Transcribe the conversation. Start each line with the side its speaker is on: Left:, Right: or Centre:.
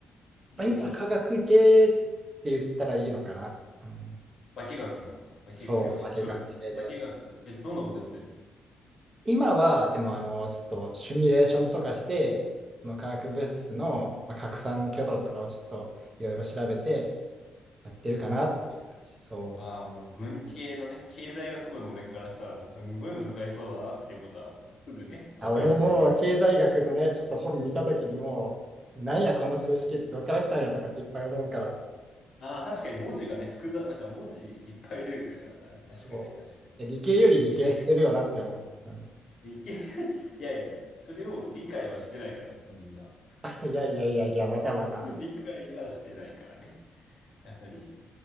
Left: 領域なの
Right: まあ、今、科学系って言ったらいいのかな。うん、
Left: 化学の方ね。化学、
Right: そう、
Left: あ、てか、<laughs> 化学、
Right: 化学系で。
Left: 化学、え、どんなことやってんの
Right: 今は、でも、あの、ちょっとシミュレーションとかして、この化学物質のまあ拡散挙動とかをちょっといろいろ調べてやってるかなっていう感じ。
Left: そう
Right: そう。
Left: まあもう文系のね、経済学部の俺からしたらもうすんごい難しそうだなっていうことはもうすぐね、
Right: あ、
Left: わかるんだけど。
Right: 俺ももう経済学のね、ちょっと本見たときにもう、なんやこの数式ってどっから来たんやとかっていっぱい思うから、
Left: ああ、確かに文字がね、複雑、なんか文字いっぱい出てくるね、なんかね。確かに確かに。
Right: そう。え理系より理系してるよなって思う。
Left: え
Right: うん、
Left: ー、いけ、<laughs> いやいやいや、それを理解はしてないから別にみんな。
Right: いやいやいやいや、またまた。
Left: <laughs> 理解はしてないからね。やっぱり。